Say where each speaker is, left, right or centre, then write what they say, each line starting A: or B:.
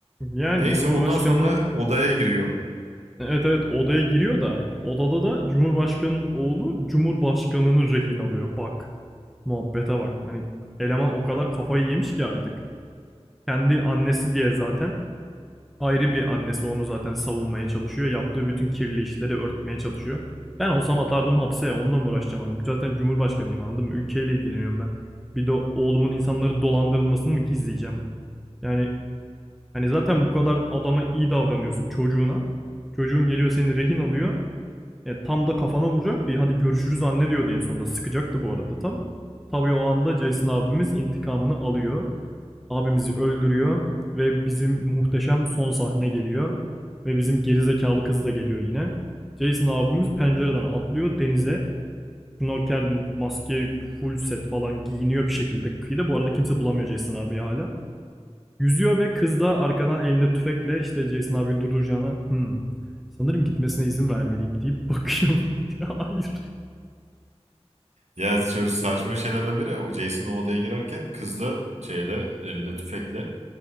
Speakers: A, in the centre; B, on the right.
A: Yani
B: Neyse
A: Cumhurbaşkanının
B: ondan sonra odaya giriyor.
A: evet evet odaya giriyor da odada da Cumhurbaşkanının oğlu Cumhurbaşkanını rehin alıyor. Bak. Muhabbete bak. Hani eleman o kadar kafayı yemiş ki artık. Kendi annesi diye zaten ayrı bir annesi onu zaten savunmaya çalışıyor. Yaptığı bütün kirli işleri örtmeye çalışıyor. Ben olsam atardım hapse. Onunla mı uğraşacağım Zaten Cumhurbaşkanıyım anladım. Ülkeyle ilgileniyorum ben. Bir de oğlumun insanları dolandırılmasını mı gizleyeceğim? Yani Hani zaten bu kadar adama iyi davranıyorsun çocuğuna. Çocuğun geliyor seni rehin alıyor. E, tam da kafana vuracak bir hadi görüşürüz anne diyordu en sonunda. Sıkacaktı bu arada tam. Tabii o anda Jason abimiz intikamını alıyor. Abimizi öldürüyor ve bizim muhteşem son sahne geliyor. Ve bizim gerizekalı kız da geliyor yine. Jason abimiz pencereden atlıyor denize. Snorkel, maske, full set falan giyiniyor bir şekilde kıyıda. Bu arada kimse bulamıyor Jason abi hala. Yüzüyor ve kız da arkadan elinde tüfekle işte Jason abi durduracağına hmm, sanırım gitmesine izin vermeliyim deyip bakıyorum <laughs> Ya Hayır.
B: Ya şöyle saçma şeylerden biri o Jason odaya girerken kız da şeyde elinde tüfekle